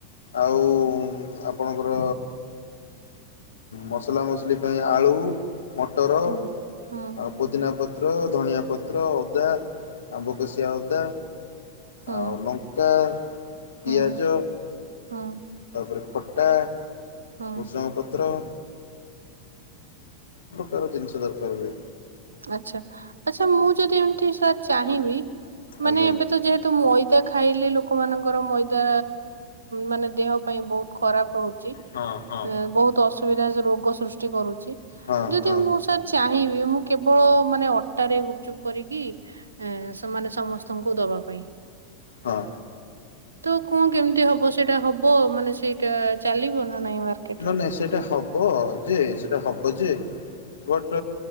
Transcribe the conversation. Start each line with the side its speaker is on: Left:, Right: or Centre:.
Left: ଆଉ ଆପଣଙ୍କର ମସଲା ମସଲି ପାଇଁ ଆଳୁ, ମଟର
Right: ହୁଁ, ହୁଁ,
Left: ଆଉ ପୋଦିନାପତ୍ର ଧଣିଆପତ୍ର ଅଦା ଆମ୍ବକଶିଆ ଅଦା
Right: ହୁଁ,
Left: ଆଉ ଲଙ୍କା,
Right: ହୁଁ,
Left: ପିଆଜ
Right: ହୁଁ,
Left: ତାପରେ ଖଟା
Right: ହୁଁ।
Left: ଭୃଷଙ୍ଗପତ୍ର। ତାର ଜିନିଷ ଦରକାର ହୁଏ।
Right: ଆଚ୍ଛା ଆଚ୍ଛା ମୁଁ ଯଦି ଏମିତି ସାର୍ ଚାହିଁବି, ମାନେ
Left: ଆଜ୍ଞା।
Right: ଏବେ ତ ଯେହେତୁ ମଇଦା ଖାଇଲେ ଲୋକମାନଙ୍କର ମଇଦା ମାନେ ଦେହ ପାଇଁ ବହୁତ ଖରାପ ରହୁଛି।
Left: ହଁ ହଁ
Right: ଏ ବହୁତ ଅସୁବିଧା ରୋଗ ସୃଷ୍ଟି କରୁଛି
Left: ହଁ
Right: ଯଦି
Left: ହଁ
Right: ମୁଁ ସାର୍ ଚାହିଁବି ମୁଁ କେବଳ ମାନେ ଅଟାରେ ଗୁପଚୁପ କରିକି ସ ମାନେ ସମସ୍ତଙ୍କୁ ଦବା ପାଇଁ
Left: ହଁ।
Right: ତ କଣ କେମିତି ହବ ସେଇଟା ହବ ମାନେ ସେଇଟା ଚାଲିବ ନା ନାଇଁ ମାର୍କେଟରେ।
Left: ନାଇଁ ନାଇଁ ସେଇଟା ହବ ଯେ ସେଟା ହବ ଯେ ବଟ